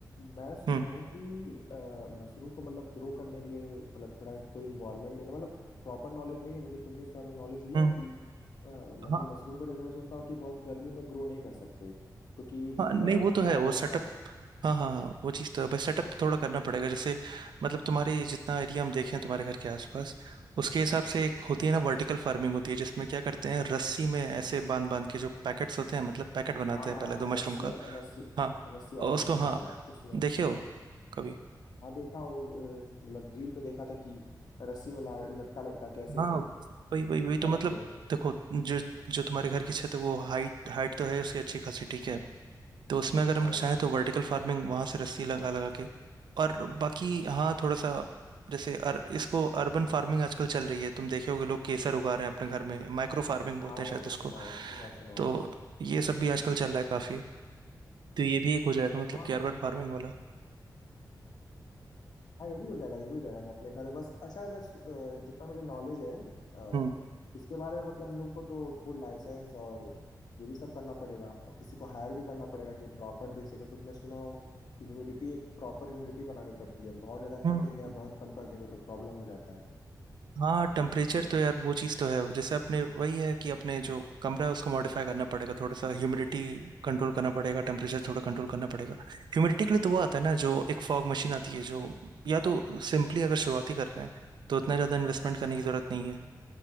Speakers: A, on the left; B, on the right.
A: मैं सुना
B: हुँ,
A: हूँ कि मशरूम को मतलब ग्रो करने के लिए मतलब थोड़ा एक कोई इन्वायरमेंट देना मतलब प्रॉपर नॉलेज नहीं है मुझे तुमने इसके बारे में नॉलेज लिया
B: हुँ,
A: है कि अ, मतलब
B: हाँ,
A: मशरूम को जैसे मैं सुनता हूँ कि बहुत गर्मी में ग्रो नहीं कर सकते क्योंकि
B: हाँ, नहीं
A: अ,
B: वो तो
A: खराब
B: है वो
A: होने
B: सेटअप
A: का
B: हाँ, हाँ, हाँ, वो चीज़ तो है भाई सेटअप थोड़ा करना पड़ेगा जैसे मतलब तुम्हारे जितना एरिया हम देखें तुम्हारे घर के आस-पास, उसके हिसाब से एक होती है ना वर्टिकल फार्मिंग होती है जिसमें क्या करते हैं रस्सी में ऐसे बाँध-बाँध के जो पैकेट्स होते हैं मतलब पैकेट बनाते
A: हाँ हाँ
B: हैं पहले तो
A: हाँ,
B: मशरूम
A: रस्सी
B: का
A: वाला रस्सी
B: हाँ,
A: रस्सी वाला
B: और
A: मैंने
B: उसको
A: सुना
B: हाँ,
A: है उसमें
B: देखे हो कभी?
A: हाँ देखा हो अ, मतलब रील पे देखा था कि रस्सी में ला- लटका लटका कैसे
B: हाँ वही वही वही तो
A: बल्क
B: मतलब
A: में
B: देखो जो जो तुम्हारे घर की छत है वो हाइट हाइट तो है उसकी अच्छी खासी ठीक है तो उसमें अगर हम
A: हाँ
B: लोग
A: भाई
B: चाहें तो वर्टिकल फार्मिंग वहां से रस्सी लगा लगा के और बाकी हाँ थोड़ा सा जैसे अर, इसको अर्बन फार्मिंग आजकल चल रही है तुम देखे होगे लोग केसर उगा रहे हैं अपने घर में माइक्रो फार्मिंग बोलते
A: हाँ
B: हैं शायद
A: ये तो
B: इसको
A: सुनाओ सुनाओ सुनाओ
B: तो ये सब भी आजकल चल रहा है काफी तो ये भी एक हो जाएगा मतलब
A: हाँ
B: कि अर्बन फार्मिंग वाला
A: हाँ ये भी हो जाएगा ये भी हो जाएगा अपने घर में बस अच्छा मैं सु- अ, जितना मुझे नॉलेज है अ,
B: हम्म
A: इसके बारे में मतलब हम लोग को तो फूड लाइसेंस और ये भी सब करना पड़ेगा और किसी को हायर भी करना पड़ेगा कि वो प्रॉपर देख सके क्योंकि मैं सुना हूँ कि ह्यूमिडिटी एक प्रॉपर ह्यूमिडिटी बनानी पड़ती है बहुत ज़्यादा
B: हम्म
A: कर देंगे
B: हम्म।
A: या बहुत कम कर देंगे तो प्रॉब्लम हो जाता है
B: हाँ टेम्परेचर तो यार वो चीज़ तो है जैसे अपने वही है कि अपने जो कमरा है उसको मॉडिफाई करना पड़ेगा थोड़ा सा ह्यूमिडिटी कंट्रोल करना पड़ेगा टेम्परेचर थोड़ा कंट्रोल करना पड़ेगा ह्यूमिडिटी के लिए तो वो आता है ना जो एक फॉग मशीन आती है जो या तो सिंपली अगर शुरुआती कर रहे हैं तो उतना ज़्यादा इन्वेस्टमेंट करने की ज़रूरत नहीं है